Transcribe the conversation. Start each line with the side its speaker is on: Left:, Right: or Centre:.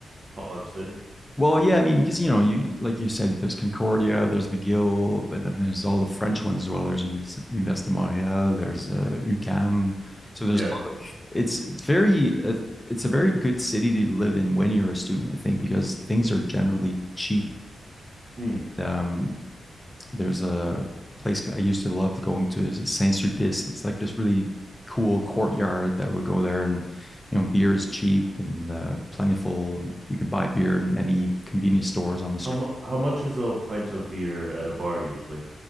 Right: College city?
Left: Well, yeah, I mean, because you know, you like you said, there's Concordia, there's McGill, and then there's all the French ones as well. There's Univers- Université Montréal, there's uh, UCAM. So there's
Right: Yeah.
Left: a lot of it's it's very uh, it's a very good city to live in when you're a student, I think, because things are generally cheap.
Right: Hmm.
Left: Um, there's a place I used to love going to is Saint Sulpice. It's like this really cool courtyard that would go there and you know beer is cheap and uh, plentiful you can buy beer in any convenience stores on the street
Right: How mu how much is a pint of beer at a bar usually?